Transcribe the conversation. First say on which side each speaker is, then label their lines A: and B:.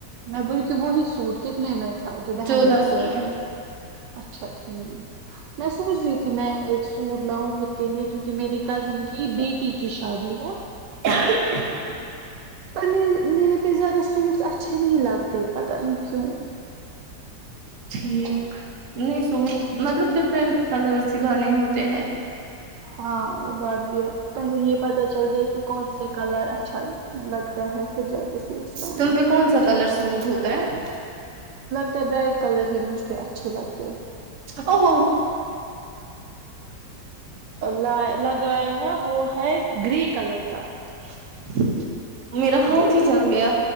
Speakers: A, on the right; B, on the right.
A: میں بول کے وہی سوٹ کتنے میں تھا جو بہن
B: چودودہ
A: نے لایا
B: سو میں
A: اچھا ٹھیک میں سوچ رہی تھی میں ایک سوٹ لاؤں خود کے لیے کیونکہ میری کزن کی بیٹی کی شادی ہے
B: السلام علیکم محترم بھائی جان آپ کو بھی
A: پر مے میرے پہ زیادہ سوٹس اچھا اچھے نہیں لگتے پت نہیں کیوں
B: ٹھیک نہیں سوٹ مطلب ڈفرنٹ کلر سلانے ہوتے ہیں
A: ہاں وہ بات بھی ہے پہلے یہ پتا چل جائے کہ کون سے کلر اچھا لگتا ہے پھر جا کے سوٹس لانے
B: تم
A: ہیں
B: پہ کون سا کلر سوٹ ہوتا ہے
A: ا بائڈ کلر ہی مجھہ اچھی لگتا
B: او ہوو
A: ل لگاائے ہیں وہ ہے گری کلر کا
B: <unintelligible> میرا ہاتھ
A: وہ
B: ہی جل گیا